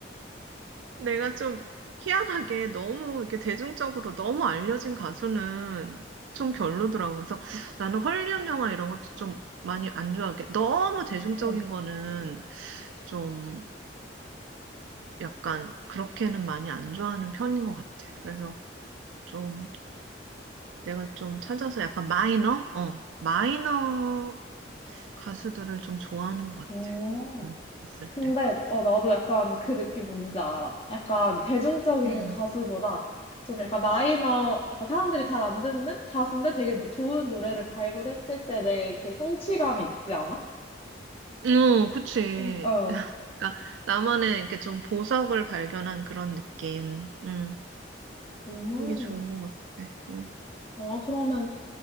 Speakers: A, on the right; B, on the left.
A: 내가 좀 희한하게 너무 이렇게 대중적으로 너무 알려진 가수는 좀 별로더라고. 그래서 나는 헐리우드 영화 이런 것도 좀 많이 안 좋아하게. 너무 대중적인
B: 응.
A: 거는 좀 약간 그렇게는 많이 안 좋아하는 편인 것 같아. 그래서 좀 내가 좀 찾아서 약간 마이너? 어, 마이너 가수들을 좀 좋아하는 것 같아.
B: 오.
A: 응, 봤을
B: 근데
A: 때.
B: 어 나도 약간 그 느낌 뭔지 알아. 약간 대중적인
A: 음.
B: 가수보다 좀 약간 마이너, 약간 사람들이 잘 안 듣는 가수인데 되게 노- 좋은 노래를 발굴했을 때 내 그 성취감이 있지 않아?
A: 어, 그치.
B: 그- 어,
A: 그러니까 나만의 이렇게 좀 보석을 발견한 그런 느낌. 음,
B: 음,
A: 이게 좋은 것 같아. 음.
B: 어 그러면